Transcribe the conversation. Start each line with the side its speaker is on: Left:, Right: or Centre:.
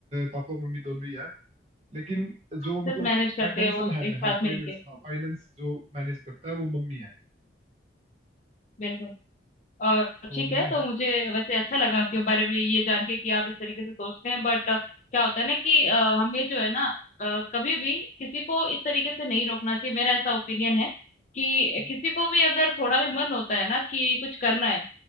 Right: पापा मम्मी दोनों ही है लेकिन जो
Left: सिर्फ
Right: मतलब
Left: मैनेज करते
Right: फाइनेंशियल
Left: हैं वो
Right: हेड
Left: एक
Right: है हाँ
Left: साथ
Right: फाइनेंस
Left: मिलके
Right: हाँ फाइनेंस जो मैनेज करता है वो मम्मी है
Left: बिल्कुल और
Right: तो
Left: ठीक
Right: ये
Left: है तो
Right: है
Left: मुझे वैसे अच्छा लगा आपके बारे में ये जान के कि आप इस तरीके से सोचते हैं बट क्या होता है ना कि अ, हमें जो है ना अ, कभी भी किसी को इस तरीके से नहीं रोकना चाहिए मेरा ऐसा ओपिनियन है कि
Right: हम्म
Left: किसी को भी अगर थोड़ा भी मन होता है ना कि कुछ करना है